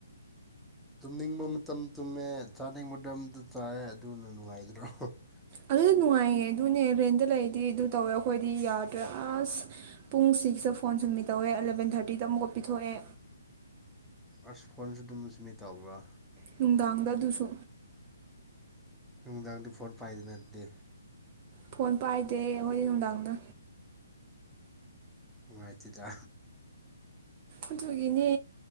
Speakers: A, in the centre; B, on the right.
A: ꯇꯨꯝꯅꯤꯡꯕ ꯃꯇꯝ ꯇꯨꯝꯃꯦ ꯆꯥꯅꯤꯡꯕ ꯃꯇꯝꯗ ꯆꯥꯏꯌꯦ ꯑꯗꯨꯅ ꯅꯨꯡꯉꯥꯏꯗ꯭ꯔꯣ <unintelligible>
B: ꯑꯗꯨꯅ ꯅꯨꯡꯉꯥꯏꯌꯦ ꯑꯗꯨꯅꯦ ꯔꯦꯟꯗ ꯂꯩꯔꯗꯤ ꯑꯗꯨ ꯇꯧꯋꯦ ꯑꯩꯈꯣꯏꯗꯤ ꯌꯥꯗ꯭ꯔꯦ ꯑꯁ ꯄꯨꯡ ꯁꯤꯛꯁꯇ ꯐꯣꯟ ꯁꯨꯝꯃꯤꯠ ꯇꯧꯋꯦ ꯑꯦꯂꯚꯦꯟ ꯊꯥꯔꯇꯤꯗ ꯑꯃꯨꯛꯀ ꯄꯤꯊꯣꯛꯑꯦ
A: ꯑꯁ ꯐꯣꯟꯁꯨ ꯑꯗꯨꯝ ꯁꯞꯃꯤꯠ ꯇꯧꯕ꯭ꯔꯥ
B: ꯅꯨꯡꯗꯥꯡꯗ ꯑꯗꯨꯁꯨ
A: ꯅꯨꯡꯗꯥꯡꯗ ꯐꯣꯟ ꯄꯥꯏꯗꯦꯅ ꯑꯗꯨꯗꯤ
B: ꯐꯣꯟ ꯄꯥꯏꯗꯦ ꯑꯩꯈꯣꯏꯗꯤ ꯅꯨꯡꯗꯥꯡꯗ
A: ꯅꯨꯡꯉꯥꯏꯇꯦꯗꯥ
B: ꯑꯗꯨꯒꯤꯅꯦ